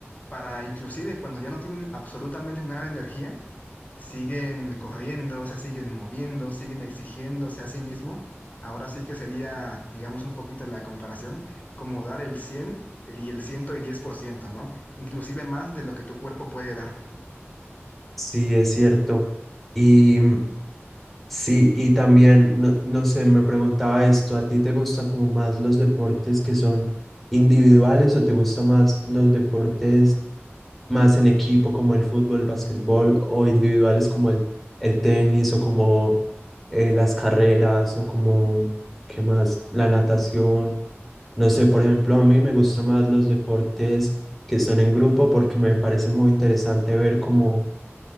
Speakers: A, on the left (about 35°); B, in the centre.
A: para inclusive cuando ya no tienen absolutamente nada de energía, siguen corriendo, se siguen moviendo, siguen exigiéndose a sí mismo? Ahora sí que sería, digamos, un poquito la comparación, como dar el cien y el ciento diez por ciento ¿no? Inclusive más de lo que tu cuerpo puede dar.
B: Sí, es cierto. Y mm, sí, y también, no, no sé, me preguntaba esto, ¿a ti te gustan como más los deportes que son individuales o te gustan más los deportes? más en equipo como el fútbol, básquetbol o individuales como el, el tenis o como eh, las carreras o como, ¿qué más? La natación. No sé, por ejemplo, a mí me gustan más los deportes que son en grupo porque me parece muy interesante ver cómo,